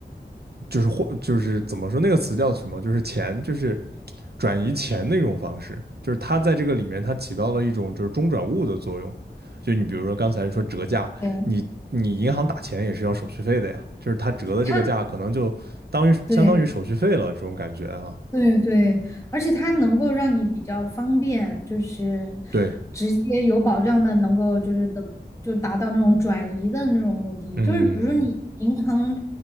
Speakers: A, on the right (about 60°); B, on the left (about 15°).
A: 就是或就是怎么说那个词叫什么？就是钱，就是转移钱的一种方式，就是它在这个里面它起到了一种就是中转物的作用。就你比如说刚才说折价，
B: 对，
A: 你你银行打钱也是要手续费的呀，就是它折的这个价可能就当于相当于手续费了这种感觉啊。
B: 他对，对对，而且它能够让你比较方便，就是
A: 对，
B: 直接有保障的，能够就是等就达到那种转移的那种目的。
A: 嗯，
B: 就是比如说你银行